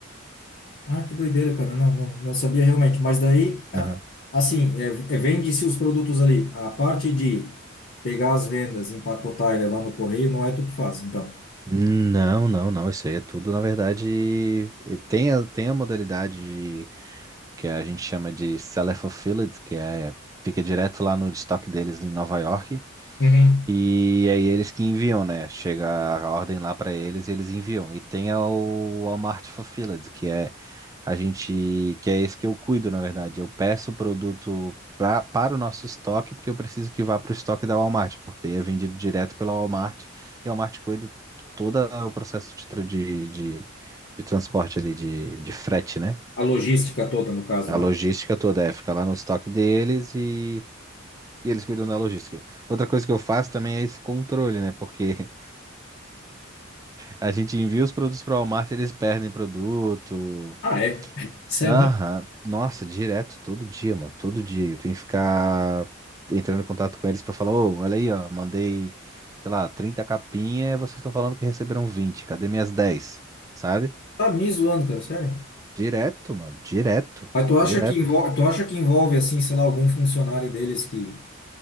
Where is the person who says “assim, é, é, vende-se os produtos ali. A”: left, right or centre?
Left